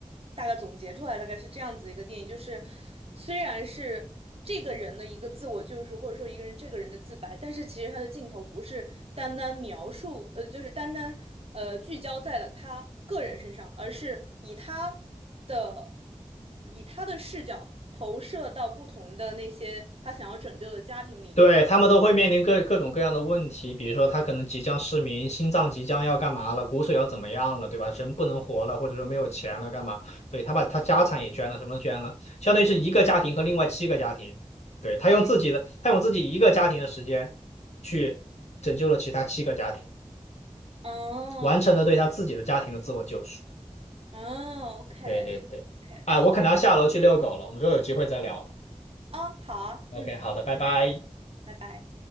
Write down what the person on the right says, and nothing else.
大概总结出来，大概是这样子的一个电影，就是虽然是这个人的一个自我救赎，或者说一个人这个人的自白，但是其实他的镜头不是单单描述，呃，就是单单呃聚焦在了他个人身上，而是以他的以他的视角投射到不同的那些他想要拯救的家庭里面
的联系
哦
哦，OK，OK，
哦，好的，
啊，好啊，
嗯，
拜拜。